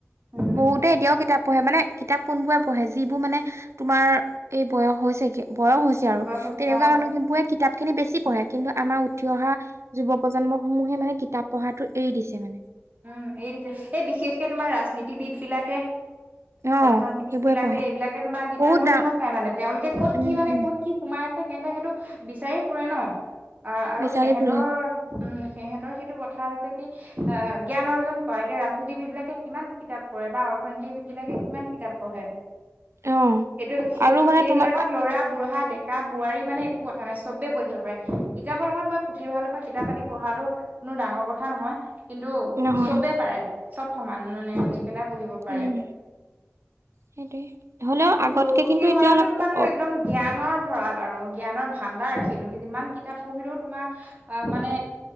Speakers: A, on the right (about 35°); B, on the right (about 70°).
A: উম
B: বহুতে এতিয়াও কিতাপ পঢ়ে মানে কিতাপ কোনবোৰে পঢ়ে যিবোৰ মানে তোমাৰ এই বয়স হৈছে কি বয়স হৈছে আৰু
A: বয়স হৈছে
B: তেনেকুৱা
A: অ
B: মানুহ বোৰে কিতাপ খিনি বেছি পঢ়ে। কিন্তু আমাৰ উঠি অহা যুৱ প্ৰজন্মসমূহে মানে কিতাপ পঢ়াটো এৰি দিছে মানে।
A: উম এই দিছে এই বিশেষকে তোমাৰ ৰাজনীতিবিদ বিলাকে
B: অ
A: অৰ্থনীতিক
B: সেইবোৰে
A: বিলাকে
B: পঢ়ে
A: এইবিলাকে তোমাৰ কিতাপ
B: বহুত
A: পঢ়ি
B: দা
A: ভাল পায় মানে তেওঁলোকে ক'ত
B: উম
A: কি মানে
B: উম
A: কত কি সোমাই আছে। সেহতে সেইটো বিচাৰি ফুৰে ন আৰু
B: বিচাৰি
A: সিহঁতৰ
B: ফুৰে
A: উম সিহঁতৰ সেইটো কথা জ্ঞান অৰ্জন কৰা এতিয়া ৰাজনীতিবিদ বিলাকে কিমান কিতাপ পঢ়ে বা সণ্ডীবিধ বিলাকে কিমান কিতাপ পঢ়ে।
B: অ
A: সেইটো সেইটো
B: আৰু মানে
A: সেইবিলাকত
B: তোমাৰ
A: ল'ৰা বুঢ়া ডেকা বোৱাৰী মানে একো কথা নাই চবে পঢ়িব পাৰে। কিতাপৰ লগত বা পুথিভঁৰালৰ পৰা কিতাপ আনি পঢ়াতো কোনো ডাঙৰ কথা নহয় কিন্তু
B: নহয়
A: চবেই পাৰে চব। সমান মানে আনি পেলাই পঢ়িব পাৰে।
B: উম সেইটোৱে হ'লেও
A: আৰু
B: আগতকে
A: পুথিভঁৰালটো
B: কিন্তু এতিয়া অলপ
A: তোমাৰো
B: অ
A: একদম জ্ঞানৰ ভৰাল আৰু জ্ঞানৰ ভাণ্ডাৰ সেইটো যিমান কিতাপ পঢ়িলেও তোমাৰ মানে